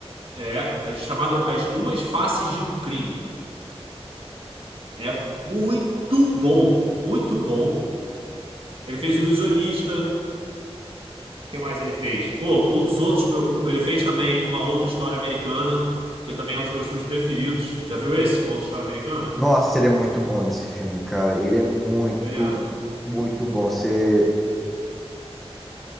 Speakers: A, on the right; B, in the centre.
A: é, é chamado As Duas Faces de um Crime. É muito bom, muito bom. Ele fez O Ilusionista, O que mais ele fez? Pô, um dos outros. um- Ele fez também uma outra história americana, que também é um dos meus filmes preferidos. Já viu esse? Uma outra história americana?
B: Nossa, ele é muito bom nesse filme, cara. Ele é muito,
A: Ele é muito bom.
B: muito bom. Você.